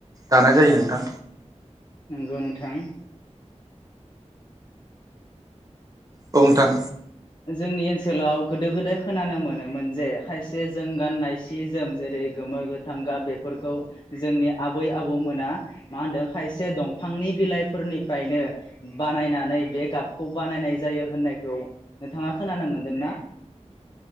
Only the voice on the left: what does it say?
नंगौ नोंथां
जोंनि ओनसोलाव गोदो गोदाय खोनानो मोनोमोन जे खायसे जों गाननाय सि जोम जेरै गोमो गोथां गाब बेफोरखौ जोंनि आबै आबौमोना मा होनदों खायसे दंफांनि बिलाइफोरनिफ्रायनो बानायनानै बे गाबखौ बानायनाय जायो होननायखौ नोंथाङा खोनानो मोनदों ना